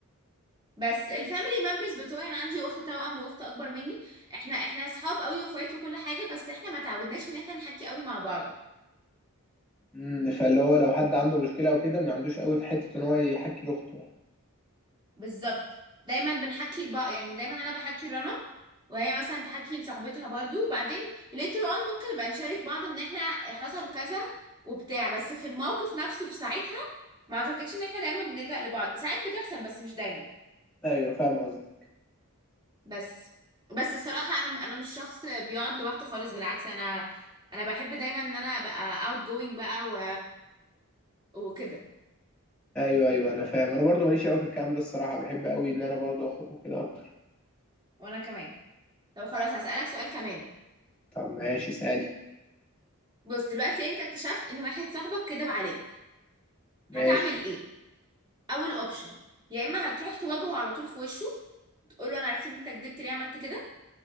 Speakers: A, on the right; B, in the centre.
A: بس الفاميلي ممبرز بتوعي انا عندي اخت توأم واخت اكبر مني احنا احنا اصحاب قوي واخوات وكل حاجه بس احنا ما تعودناش ان احنا نحكي قوي مع بعض
B: امم فاللي هو لو حد عنده مشكله او كده ما عندوش قوي في حته ان هو يحكي لاخته يعني
A: بالظبط دايما بنحكي لبعض يعني دايما انا بحكي لرنا وهي مثلا تحكي لصاحبتها برضو وبعدين later on ممكن نبقى نشارك بعض ان احنا حصل كذا وبتاع بس في الموقف نفسه في ساعتها ما اعتقدش ان احنا دايما بنلجأ لبعض ساعات بتحصل بس مش دايما
B: ايوه فاهم قصدي
A: بس بس الصراحة انا انا مش شخص بيقعد لوحده خالص بالعكس انا انا بحب دايما ان انا ابقى اوت جوينج بقى و... وكده
B: ايوه ايوه انا فاهم انا برضو ماليش قوي في الكلام ده الصراحه بحب قوي ان انا برضو اخرج وكده اكتر
A: وانا كمان طب خلاص هسألك سؤال كمان
B: طب ماشي سالي
A: بص دلوقتي انت اكتشفت ان واحد صاحبك كدب عليك
B: ماشي
A: هتعمل ايه اول اوبشن يا اما هتروح تواجهه على طول في وشه تقول له انا عرفت ان انت كدبت ليه عملت كده